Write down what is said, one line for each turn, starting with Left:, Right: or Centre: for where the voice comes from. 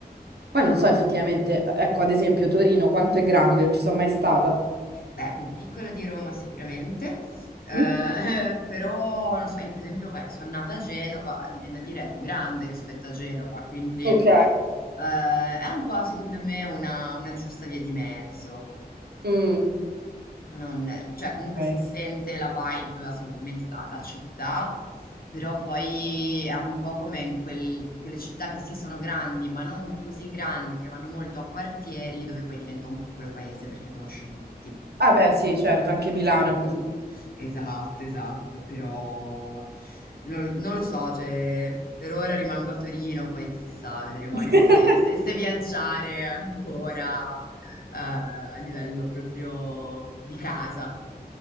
Right: Poi non so effettivamente, ecco, ad esempio Torino, quanto è grande, non ci sono mai stata.
Left: Beh, più piccola di Roma sicuramente, eh,
Right: Mm?
Left: <laughs> però non so, io per esempio beh, sono nata a Genova, e mi viene da dire è più grande rispetto a Genova, quindi
Right: Ok.
Left: eh, è un po' secondo me una una giusta via di mezzo.
Right: Mm.
Left: Non, cioè, comunque
Right: Ok.
Left: si sente la vibe assolutamente da, da città, però poi è un po' come in quel- quelle città che sì sono grandi, ma non così grandi, che vanno molto a quartieri, dove poi diventa un piccolo paese perché conosci tutti.
Right: Ah beh, sì, certo, anche
Left: <laughs> Quindi
Right: Milano è così.
Left: Esatto, esatto, però non, non lo so, cioè, per ora rimango a Torino, poi chissà, vedremo
Right: <laughs>
Left: anche se, se- se viaggiare ancora eh, a livello proprio di casa.